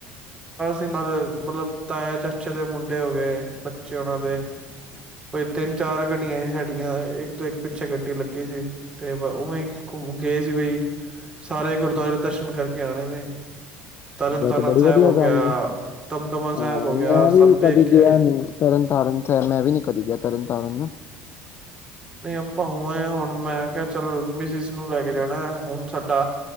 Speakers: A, on the right; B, on the left.
A: ਤੇ ਨਾਲ ਮਤਲਬ ਤਾਯਾ, ਚਾਚੇ ਦੇ ਮੁੰਡੇ ਹੋ ਗਏ ਬ ਬਚੇ ਉਹਨਾਂ ਦੇ,
B: ਅੱਛਾ,
A: ਬਈ ਤਿੰਨ ਚਾਰ ਗੱਡੀਆਂ ਸੀ ਸਾਡੀਆਂ ਇੱਕ ਤੋਂ ਇੱਕ ਪਿੱਛੇ ਗੱਡੀ ਲੱਗੀ ਸੀ ਅਤੇ ਉਵੇਂ ਹੀ ਘੁੰਮਣ ਗਏ ਸੀ ਬਈ ਸਾਰੇ ਗੁਰਦੁਆਰੇ ਦਰਸ਼ਨ ਕਰਕੇ ਆਣੇ ਨੇ। ਤਰਨ ਤਾਰਨ
B: ਇਹ ਤੇ ਬੜੀ
A: ਸਾਹਿਬ
B: ਵਧੀਆ
A: ਹੋ ਗਿਆ
B: ਗੱਲ ਏ
A: ਦਮਦਮਾ ਸਾਹਿਬ
B: ਹਾਂ
A: ਹੋ ਗਿਆ
B: ਮੈਂ
A: ਸਭ
B: ਵੀ
A: ਦੇਖ
B: ਕਦੀ
A: ਕੇ
B: ਗਿਆ
A: ਆਏ
B: ਨੀ ਤਰਨ ਤਾਰਨ ਸਾਹਿਬ ਤੇ ਮੈਂ ਵੀ ਨੀ ਗਿਆ ਤਰਨ ਤਾਰਨ ਨਾਂ।
A: ਨਈਂ ਆਪਾਂ ਹੋ ਆਏ ਹੁਣ ਮੈਂ ਕਿਹਾ ਚੱਲ ਮਿਸਿਸ ਨੂੰ ਲੈ ਕੇ ਜਾਣਾ, ਹੁਣ ਸਾਡਾ